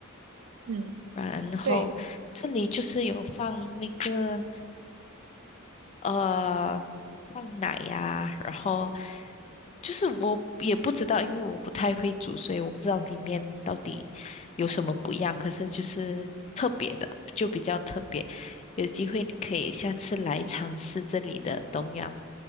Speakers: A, on the right (about 75°); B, on the left (about 30°).
A: <laughs> 嗯，
B: 然后这里就是有放那个
A: 对。
B: 呃放奶呀、然后就是我也不知道，因为我不太会煮，所以我不知道里面到底有什么不一样。可是就是特别的，就比较特别，有机会你可以下次来尝试这里的东阳。